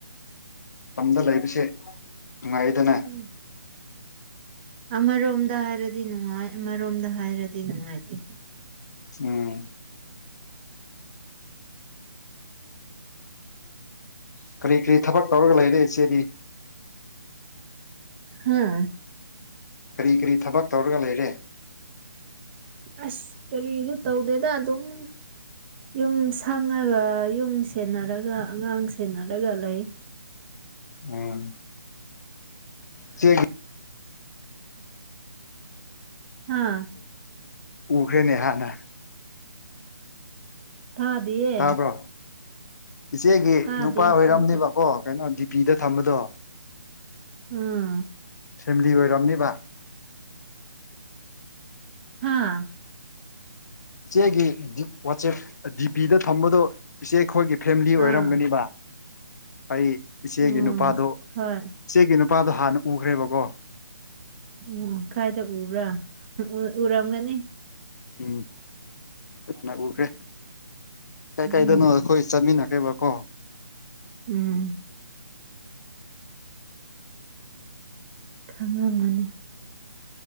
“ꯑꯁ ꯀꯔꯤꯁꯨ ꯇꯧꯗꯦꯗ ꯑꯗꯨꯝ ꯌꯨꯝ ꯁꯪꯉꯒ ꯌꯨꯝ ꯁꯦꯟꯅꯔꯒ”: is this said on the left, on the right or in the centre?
Right